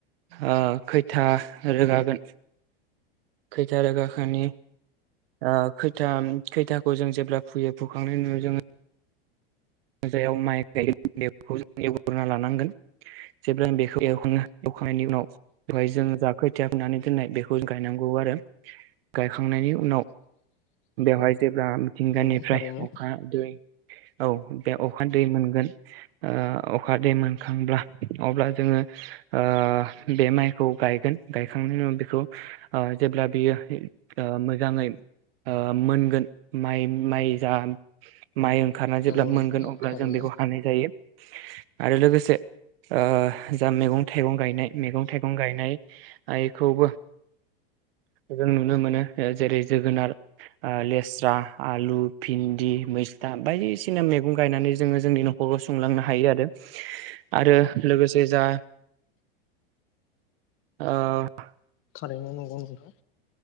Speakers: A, on the right; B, on the left.
A: ओ खोथिया रोगागोन खोथिया रोगाखांनि ओ खोथिया खोथियाखौ जों जेब्ला फुयो फुखांनायनि उनाव जोङो जायाव माइ गायो बेखौ एवग्रोना लानांगोन जेब्ला बेखौ एवखांना एवखांनायनि उनाव बेवहाय जों जा खोथिया फुनानै दोननाय बेखौ जों गायनांगौ आरो गायखांनायनि उनाव बेवहाय जेब्ला थिंगानिफ्राय
B: नंगौ थारैनो
A: अखा, दै औ बे अखा दै मोनगोन ओ अखा दै मोनखांब्ला अब्ला जोङो ओ बे माइखौ गायगोन गायखांनायनि उनाव बेखौ ओ जेब्ला बियो ओ मोजाङै ओ मोनगोन माइ माइ जा माइ खारना जेब्ला
B: नंगौ नोंथां
A: मोन अब्ला
B: थारैनो
A: जों बेखौ हानाय जायो। आरो लोगोसे ओ जा मैगं थाइगं गायनाय मैगं थाइगं गायनायखौबो जों नुनो मोनो जेरै जोगोनार, ओ लेस्रा, आलु, भिन्दि, मैस्था, बायदिसिना मैगं गायनानै जोङो जोंनि नखरखौ सुंलांनो हायो आरो लोगोसे जा ओ
B: थारैनो नंगौ नोंथां।